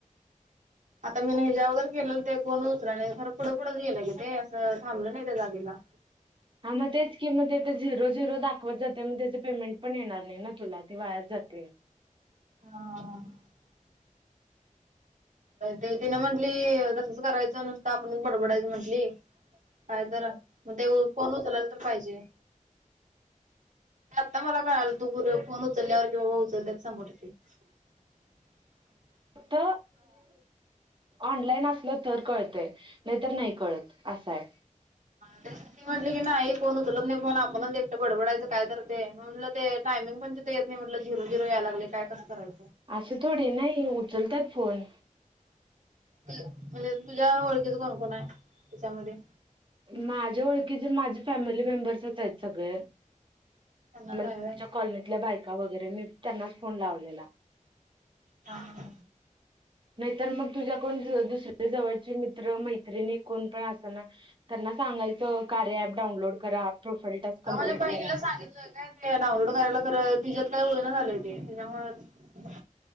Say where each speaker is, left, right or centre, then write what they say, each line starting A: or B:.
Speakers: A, on the right; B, on the right.
A: आता मी न ज्या वगैर केलेलं ते कोण उचला नाही सर पुढं पुुढच गेलं की ते असं थांबलं नाही त्या जागेला
B: हा मग तेच किंमत तर झेरो झ दाखवत जाते म त्याच पेमेंट पण येणार नाही ना तुला ते वायात जाते
A: हा ते तिनं म्हंटली तसच करायचं नुसतं आपणच बडबडायचं म्हंटली काय तर मगं ते फोन उचलायला पण तर पाहिजे आता मला कळाल तू पुर फोन उचलल्यावर कि बाबा उचलतच समोर क <unintelligible>
B: फक्त ऑनलाईन असल तर कळतय नाही तर नाही कळत असं आहे
A: त्यां त म्हटले की नाही कोण उचलत नाही पण आपण एकटं बडबडायचं काय तर ते म्हटलं ते टम पण ति येत नाही म्हटलं झिरो झिरो या लागले काय कराचं
B: असं थोडी नाही उचलतात फोन
A: म्हणजे तुझ्या ओळखीचा कोणकण आहे त्याच्यामध्ये
B: माझ्या ओळखी जर माझे फॅमिली मेंबर्स आहेत सगळे
A: त्यांनाच
B: मच्या
A: हाय व्हय.
B: कॉलनीतल्या बायका वगैरे मी त्यांनाच फोन लावलेला
A: हा ह
B: नाहीतर मग तुझ्या को दुसऱ्या जवळचे मित्र मैत्रिणी कोण पण अस ना त्यांना सांगायं कार्य प डाउनलोड करा प्रोफाईल टास्क कंप्लीट
A: अग माझ्या बहिला
B: करा
A: सांगितलं काय ते डाउनलोड करायला तर तिच्यात का झालं ते तच्यामुळे